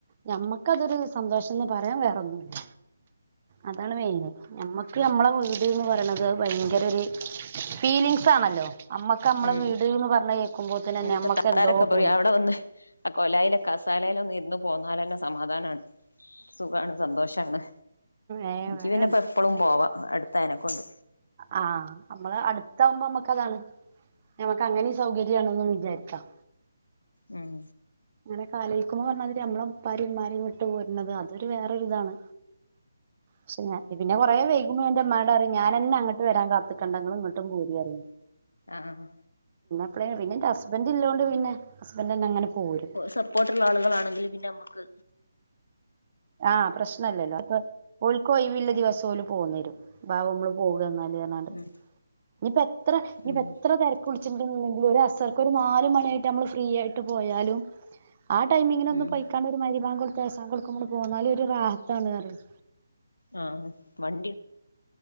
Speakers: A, on the right; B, on the left.
A: ഞമ്മ ക്ക അതൊര് സന്തോഷംന്ന് പറയാം വേറൊന്നുല്ല അതാണ് മെയിന് ഞമ്മ ക്ക് ഞമ്മളെ വീട്ന്ന് പറയണത് ഭയങ്കര ഒരു ഫീലിങ്സ് ആണല്ലോ അമ്മക്ക് നമ്മളെ
B: ഉം
A: വീട് എന്ന് പറഞ്ഞ കേൾക്കുമ്പോ തന്നെ
B: ന്റെ
A: നമ്മക്ക്
B: ഇത്താത്താരൊക്കെ
A: എന്തോ
B: പാേയ്
A: പോലെ
B: അവ്ടെ ഒന്ന് അ കൊലായ്ലെ കസാലേലാെന്ന് ഇര് ന്ന് പോന്നാലെന്നെ സമാധാനാണ് സുഖാണ് സന്തോഷാണ്
A: ഏ
B: നിക്ക്
A: വേറെ
B: പിന്നെ
A: കണ്ട
B: എപ്പളും പോവാം അടു <unintelligible> കൊണ്ട്
A: ആഹ് നമ്മള് അടുത്ത ആവുമ്പോ നമ്മക്ക താണ് ഞമ്മക്ക് അങ്ങനെ സൗകര്യണന്ന് വിചാരിക്കാം.
B: ഉം
A: അങ്ങനൊക്കെ ആലോയ്ക്കുമ്പോ പറഞ്ഞ മാതിരി നമ്മളെ ഉപ്പാരേം ഉമ്മാരേം വിട്ട് പോരണത് അതൊരു വേറൊര് താണ്. ക്ഷ ഞാ പിന്നെ കുറേ വൈകുമ്പോ എൻ്റെ ഉമ്മാട് പറയും ഞാനന്നെ അങ്ങട്ട് വരാൻ കാത്തിക്കണ്ട ഇങ്ങള് ഇങ്ങോട്ടും പോരി റിയും.
B: ആഹ്
A: അപ്പളെ പിന്നെ എന്റെ ഹസ്ബൻഡ് ഇല്ലോണ്ടു പിന്നെ ഹസ്ബൻഡ് ന്നെ അങ്ങനെ പോരും.
B: സപ്പോർട്ടുള്ള ആളുകളാണെങ്കി പിന്നെ ഞമ്മക്ക്
A: ആ പ്രശ്നല്ലല്ലോ അപ്പൊ ഓല്ക്ക് ഒഴിവുള്ള ദിവസം ഓല് പോന്നേരും <unintelligible> വെന്നാല് ഏതാണ്ട്
B: ഉം
A: ഇനി ഇപ്പ എത്ര ഇനി
B: ഉം
A: ഇപ്പ എത്ര തിരക്ക് വിളിച്ചിണ്ട് ന്നെങ്കി ഒരുഅസർക്ക് ഒരു നാലമണിയായിട്ട് നമ്മള് ഫ്രീ ആയിട്ട് പോയാലും ആ ടൈമിങ്ങിന് ഒന്ന്
B: ഉം
A: പൊയിക്കാണ്ട് ഒരു മാതിരി ബാങ്ക് കൊടുത്ത് കേസാൻ കൊളുക്കുമ്പോള് പോന്നാല് ഒരു റാഹത്താണന്ന്പറയും
B: ആ മൺ